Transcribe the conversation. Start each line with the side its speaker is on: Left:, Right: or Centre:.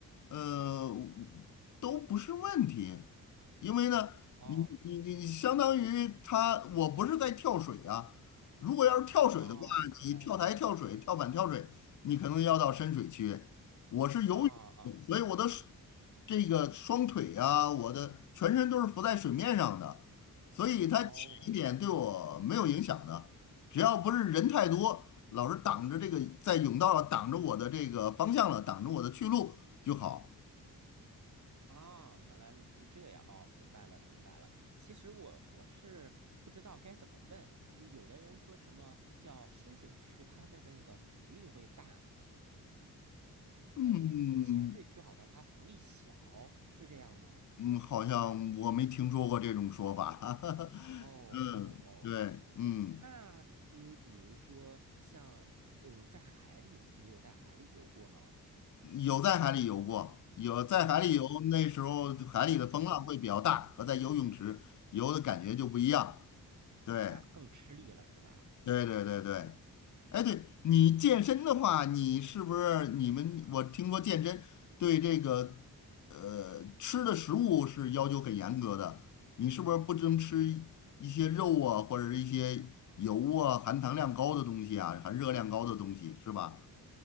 Left: 呃，都不是问题，因为呢，
Right: 哦
Left: 你你你相当于他，我不是在跳水啊。如果要是跳水的话，
Right: 哦，明白了。
Left: 你跳台跳水、跳板跳水，你可能要到深水区。我是游泳，
Right: 啊啊
Left: 所以我的手这个双腿啊，我的全身都是浮在水面上的，所以它浅一点对我没有影响的。
Right: 哦。
Left: 只要不是人太多，老是挡着这个在甬道了，挡着我的这个方向了，挡着我的去路就好。
Right: 哦，原来是这样哦，明白了，明白了。其实我我是不知道该怎么问。嗯有的人说什么叫深水区，它的那个浮力会大，
Left: 嗯
Right: 嗯，浅水区好像它浮力小，是这样吗？
Left: 嗯，好像我没听说过这种说法。<laughs>
Right: 哦哦哦，
Left: 嗯，对，嗯，
Right: 那你比如说像嗯，在海里，你有在海里游过吗？
Left: 有在海里游过，有在海里游，
Right: 嗯
Left: 那时候海里的风浪会比较大，
Right: 嗯，
Left: 和在游泳池游的感觉就不一样。对，
Right: 它更吃力了是吧？
Left: 对对对对。哎，对你健身的话，你是不是你们？我听说健身对这个呃吃的食物是要求很严格的，你是不是不能吃一一些肉啊，或者是一些油啊、含糖量高的东西啊、含热量高的东西，是吧？